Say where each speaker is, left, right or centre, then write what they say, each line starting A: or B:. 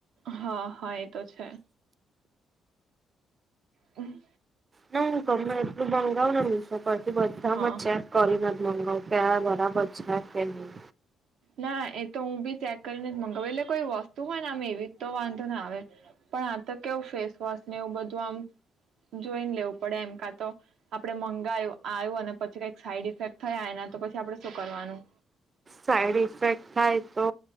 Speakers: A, on the right; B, on the right.
A: હા હા એ તો છે હમ.
B: ના હ ગમે એટલું મંગાવ ને મશો પરથી બધામાં
A: હા
B: ચેક કરી મનગાઉં પેલા બરાબર છે કે નઈ.
A: ના એ તો હું બી ચેક કરીને મગાવું એટલે કોઈ વસ્તુ હોય ને આમ એવી તો વાંધો ના આવે પણ આ તો કેવું ફેસવોશ ને એવું બધું આમ જોઈને લેવું પડે એમ કા તો આપડે મંગાવું આવ્યું અને પછી કઈક સાઈડ ઇફેક્ટ થયા એના તો પછી આપડે શું કરવાનું?
B: સાઈડ ઇફેક્ટ થાય તો